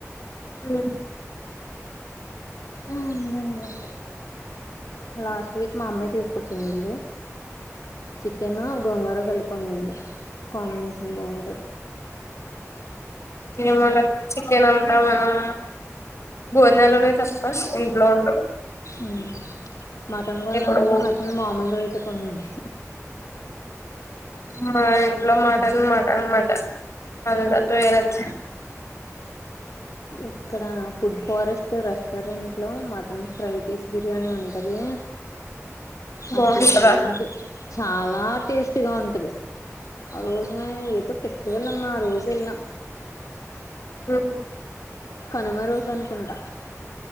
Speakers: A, on the left (about 60°); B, on the left (about 85°).
A: అన్న
B: ఆ ఉంద ఇందాకే లాస్ట్ వీక్ మా అమ్మే తీసుకొచ్చింది వెళ్ళి చికెన్ గోంగూర కలిప్ పండింది కాంబినేషన్ బాగుంటుంది
A: ఏమోలే చికెన్ అం ఆ మనం భోనాలు ఉన్నాయి తప్ప ఇంట్లో ఉండు
B: ఉమ్ మటన్ కొందామంటే
A: ఇప్పుడు
B: మటన్ మామూలు రేటు కొందుదు
A: మా ఇంట్లో మటన్ మటన్ మటన్ అందరితో వేరొచ్చు
B: ఇక్కడ ఫుడ్ ఫారెస్ట్ రెస్టా టోరెంట్లో మటన్ ఫైవ్ పీస్ బిర్యానీ ఉంటది అసలు
A: బాగుంటదా
B: ఒక రేంజ్ చాలా టేస్టీ గా ఉంటది ఆరోజున ఏదో ఫెస్టివల్ అమ్మా ఆ రోజు వెళ్లిన
A: ఉమ్
B: కనుమ రోజు అనుకుంటా